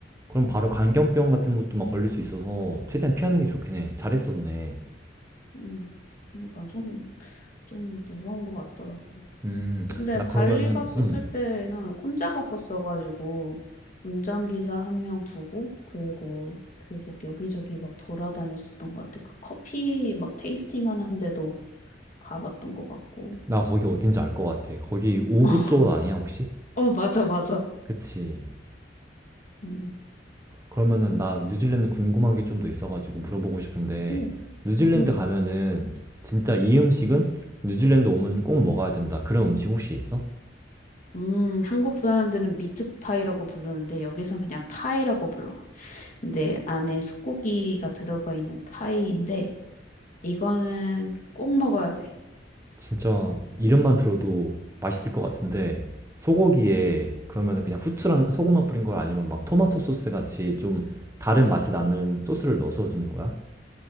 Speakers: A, on the right; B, on the left.
A: 그럼
B: 어,
A: 바로 광견병 같은 것도 막 걸릴 수 있어서 최대한 피하는 게 좋긴 해. 잘했었네.
B: 음. 그러니까 좀, 좀 무서운 것 같더라고.
A: 음,
B: 근데
A: 나 그러면은,
B: 발리 갔었을
A: 음,
B: 때는 혼자 갔었어가지고 운전기사 한 명 두고 그리고 계속 여기저기 막 돌아다녔었던 것 같아. 그 커피 막 테이스팅 하는데도 가봤던 것 같고.
A: 나 거기 어딘지 알 것 같아. 거기 우부
B: <laughs>
A: 쪽 아니야, 혹시?
B: 어, 맞아, 맞아.
A: 그치.
B: 음,
A: 그러면은 나 뉴질랜드 궁금한 게 좀 더 있어가지고 물어보고 싶은데
B: 음,
A: 뉴질랜드
B: 음.
A: 가면은 진짜 이 음식은 뉴질랜드 오면 꼭 먹어야 된다. 그런 음식 혹시 있어?
B: 음, 한국 사람들은 미트파이라고 부르는데 여기선 그냥 파이라고 불러. 근데 안에 소고기가 들어가 있는 파이인데 이거는 꼭 먹어야 돼.
A: 진짜 이름만 들어도 맛있을 것 같은데 소고기에
B: 음.
A: 그러면은 그냥 후추랑 소금만 뿌린 거야? 아니면 막 토마토 소스 같이 좀 다른 맛이 나는 소스를 넣어서 주는 거야?